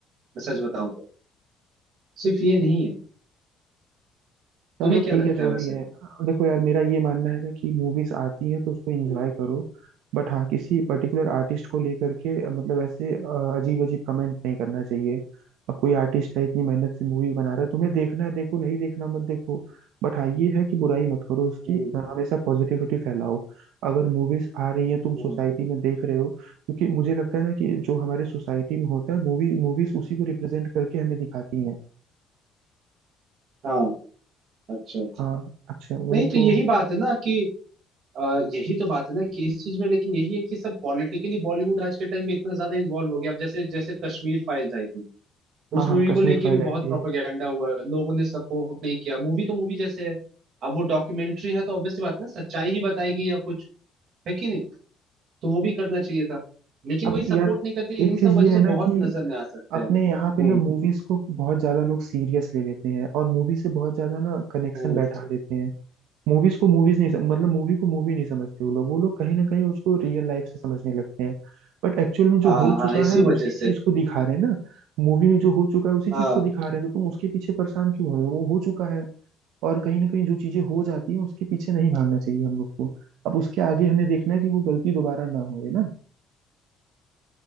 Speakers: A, on the right; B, on the right.
A: मैं सच बताऊं तो सिर्फ ये नहीं है
B: चलो
A: तुम्हें क्या
B: ठीक
A: लगता
B: है जो
A: है वैसे
B: भी है देखो यार मेरा ये मानना है ना कि मूवीज आती हैं तो उसको एंजॉय
A: हम्म
B: करो बट हाँ किसी पर्टिकुलर आर्टिस्ट को लेकर के अ, मतलब ऐसे अजीब अजीब कमेंट नहीं करना चाहिए अब कोई आर्टिस्ट है इतनी मेहनत से मूवी बना रहा है तुम्हें देखना है देखो नहीं देखना मत देखो बट हाँ ये है कि बुराई मत करो उसकी
A: हम्म
B: अ, हमेशा पॉजिटिविटी फैलाओ अगर मूवीज आ रही है तुम
A: हम्म,
B: सोसाइटी में देख रहे हो क्योंकि मुझे लगता है ना कि जो हमारे सोसाइटी में होता है मूवी मूवीज उसी को रिप्रेजेंट करके हमें दिखाती हैं
A: हाँ अच्छा
B: हाँ अच्छा वही
A: नहीं तो
B: तो
A: यही बात है ना कि अ, यही तो बात है ना कि इस चीज में लेकिन यही है कि सब पॉलिटिकली बॉलीवुड आज के टाइम पे इतना ज्यादा इन्वॉल्व हो गया अब जैसे जैसे कश्मीर फाइल्स आई थी
B: हाँ
A: उस
B: हाँ
A: मूवी
B: कश्मीर
A: को लेके
B: फाइल
A: भी
B: आई
A: बहुत
B: थी
A: प्रोपेगेंडा हुआ है लोगों ने सपोर्ट नहीं किया मूवी तो मूवी जैसे है अब वो डॉक्यूमेंट्री है तो ऑब्वियसली बात है ना सच्चाई ही बताएगी या कुछ है कि नहीं तो वो भी करना चाहिए था लेकिन
B: अब
A: वही सपोर्ट
B: यार
A: नहीं करते
B: एक
A: इन्हीं
B: चीज
A: सब वजह
B: ये है
A: से
B: ना
A: बहुत
B: कि
A: नजर में आ सकते
B: अपने
A: हैं
B: यहाँ पे
A: हम्म
B: ना मूवीज को बहुत ज्यादा लोग सीरियस ले लेते हैं और मूवी से बहुत ज्यादा ना कनेक्शन
A: हम्म
B: बैठा लेते हैं मूवीज को मूवीज नहीं सम- मतलब मूवी को मूवी नहीं समझते वो लोग वो लोग कहीं ना कहीं उसको रियल लाइफ से समझने लगते हैं बट एक्चुअल में जो
A: हाँ
B: हो
A: हाँ
B: चुका
A: इसी
B: है उसी
A: वजह से
B: चीज को दिखा रहे हैं ना मूवी में जो हो चुका है उसी
A: हाँ
B: चीज को दिखा रहे हैं तो तुम उसके पीछे परेशान क्यों हो रहे हो वो हो चुका है और कहीं ना कहीं जो चीजें हो जाती हैं उसके पीछे नहीं भागना चाहिए हम लोग को अब उसके आगे हमें देखना है कि वो गलती दोबारा ना हो है ना